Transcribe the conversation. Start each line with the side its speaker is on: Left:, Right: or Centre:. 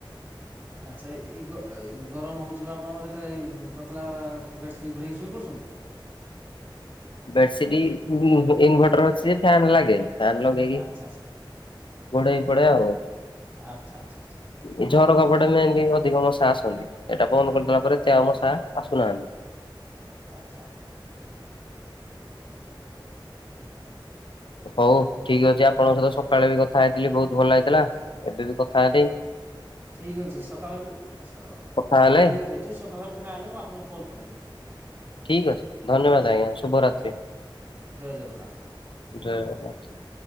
Right: ଆଚ୍ଛା ଏ -ଏଇ ଗରମ ହୋଉଚି ବା ଆପଣଙ୍କର ଯେତେବେଳେ ଏଇ ପତଲା ବେଡସିଟ୍ ଘୁଡେଇ ହେଇକି ଶୋଇ ପଡୁଚନ୍ତି?
Left: ବେଡସିଟ୍ <unintelligible> ଇନଭର୍ଟର ଅଛି ଯେ ଫ୍ୟାନ୍ ଲାଗେ। ଫ୍ୟାନ୍ ଲଗେଇକି
Right: ଆଚ୍ଛା
Left: ଘୋଡେଇ ହେଇ ପଡେ ଆଉ।
Right: ଆଚ୍ଛା ଆଚ୍ଛା ଆଚ୍ଛା ଆଚ୍ଛା
Left: ଏଇ ଝରକା ପଟେ <unintelligible> ଏମିତି ଅଧିକ ମଶା ଆସନ୍ତି। ଏଟା ବନ୍ଦ କରିଦେଲା ପରେ ଏତେ ଆଉ ମଶା ଆସୁନାହାନ୍ତି।
Right: ଆଚ୍ଛା।
Left: ହୋଉ ଠିକ୍ ଅଛି ଆପଣଙ୍କ ସହିତ ସକାଳେ ବି କଥା ହେଇଥିଲି ବୋହୁତ ଭଲ ଲାଗିଥିଲା। ଏବେ ବି କଥା ହେବି।
Right: ଠିକ୍ ଅଛି ସକାଳେ ବି ସ
Left: କଥା ହେଲେ
Right: ଠିକ୍ ଅଛି ସକାଳେ ଫାଙ୍କା ହେଲେ ମୁଁ ଆପଣଙ୍କୁ କଲ୍ କରିବି।
Left: ଠିକ୍ ଅଛି ଧନ୍ୟବାଦ ଆଜ୍ଞା ଶୁଭରାତ୍ରି
Right: ଜୟ ଜଗନ୍ନାଥ।
Left: ଜୟଗନ୍ନାଥ।